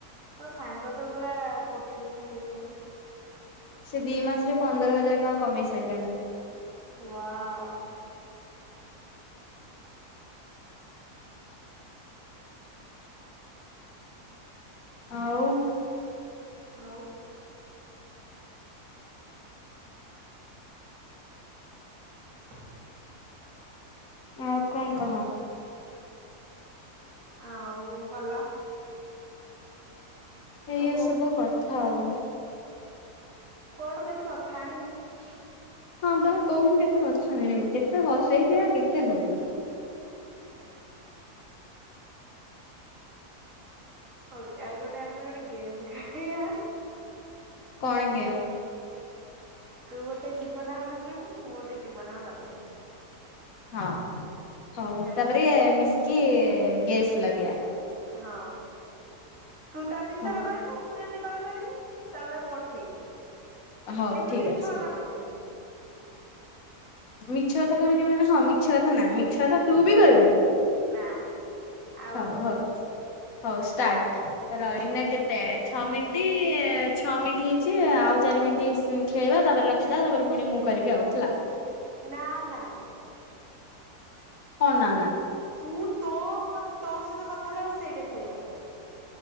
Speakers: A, on the right; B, on the left.
A: ତୋ ସାଙ୍ଗ ତ ପୁରା କୋଟିପତି ହେଇଯିବଣୀ
B: ସେ ଦି ମାସରେ ପନ୍ଦର ହଜାର ଟଙ୍କା କମେଇ ସାରିଲାଣି।
A: ୱାଉ।
B: ଆଉ।
A: ଆଉ। <inaudible>
B: ଆଉ କଣ କହ?
A: ଆଉ ଭଲ। ତୁ
B: ଏଇଆ
A: କହୁନୁ
B: ସବୁ କଥା ଆଉ।
A: କୁଆଡୁ କେତେ କଥା ଆଣିବୁ?
B: ହଁ ବା କୋଉଠି କେତେ କଥା ଆଣିବୁ କେତେ ହସ ହେଇକି ଆ କେତେ ହବୁ?
A: <inaudible> ହଉ ଚାଲେ ଗୋଟେ ଆମେ ଗୋଟେ ଗେମ୍ ଖେଳିବା।
B: କଣ ଗେମ୍?
A: ତୁ ଗୋଟେ ଜୀବନା ଭାବିବୁ, ମୁଁ ଗୋଟେ ଜୀବନା ଭାବିମି।
B: ହଁ ହଉ
A: ହେଲା
B: ତାପରେ ମିଶିକି ଗ୍ୟାସ୍ ଲଗେଇବା।
A: ହଁ ତୁ ତା ବିଷୟରେ
B: ହଁ
A: କହିବୁ? ହୁଁ ମୁଁ ଯଦି କହିପାରିମି ତାହେଲେ ମୋଠିକ
B: ହଉ
A: କିନ୍ତୁ
B: ଠିକ
A: ମିଛ
B: ଅଛି।
A: କଥା କହିବୁନି।
B: ମିଛ କଥା କହିବିନି ମାନେ ହଁ ମିଛ କଥା ନା ମିଛ କଥା ତୁ ବି କିବୁିନି?
A: ନା। ଆଉ
B: ହଉ ହଉ ହଉ ଷ୍ଟାର୍ଟ
A: ଆଉ
B: ରହିନା
A: ହଉ
B: କେତେ? ଛଅ ମିନିଟ ଛଅ ମିନିଟ ହେଇଛି ଆଉ ଚାରି ମିନିଟ୍ ସି ଖେଳିବା ତାପରେ ର ଥିଲା ତାପରେ ପୁଣି ମୁଁ କରିବି ଆଉଥିଲା।
A: ନା ନା।
B: କନା ନା।
A: ତୁ ତୋ କ ତୋ ସହିତ କଥା ହେଲା ବଳେ ସେଇଟା ଖେଳଆ।